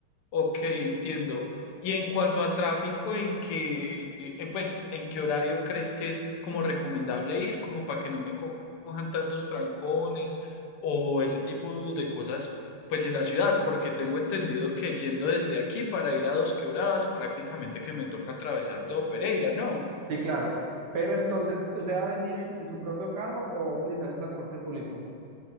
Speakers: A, on the left (about 85°); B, on the right (about 55°).
A: Ok, entiendo. Y en cuanto a tráfico, ¿en qué, eh, pues, en qué horario crees que es como recomendable ir, como para que no me co- cojan tantos trancones o ese tipo de cosas, pues, en la ciudad? Porque tengo entendido que yendo desde aquí para ir a Dos Quebradas, prácticamente que me toca atravesar todo Pereira, ¿no?
B: Sí, claro. Pero entonces, ¿usted va a venir en, en su propio carro o va a utilizar el transporte público?